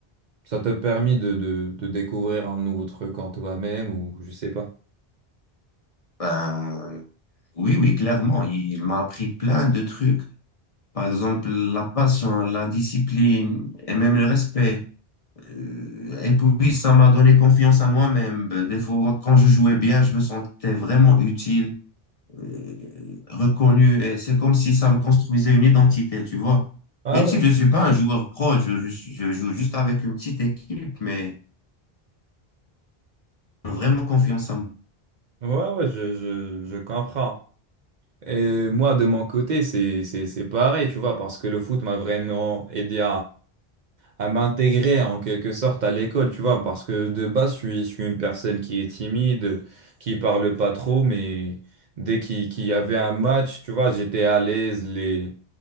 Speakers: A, on the right; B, on the left.
A: ça t'a permis de, de, de découvrir un nouveau truc en toi-même ou je sais pas.
B: Ben, oui, oui, clairement. Il m'a appris plein de trucs. Par exemple, la passion, la discipline et même le respect. Euh, Et puis, ça m'a donné confiance en moi-même. Ben, Des fois, quand je jouais bien, je me sentais vraiment utile, euh, reconnu. Et c'est comme si ça me construisait une identité, tu vois.
A: Ah
B: Même
A: ouais,
B: si je ne suis pas un joueur pro, je, je je joue juste avec une petite équipe, mais vraiment confiance en
A: ouais, ouais, je, je, je comprends. Et moi, de mon côté, c'est, c'est, c'est pareil, tu vois, parce que le foot m'a vraiment aidé à m'intégrer en quelque sorte à l'école, tu vois, parce que de base, je suis, je suis une personne qui est timide, qui parle pas trop, mais dès qu'il qu'il y avait un match, tu vois, j'étais à l'aise, les,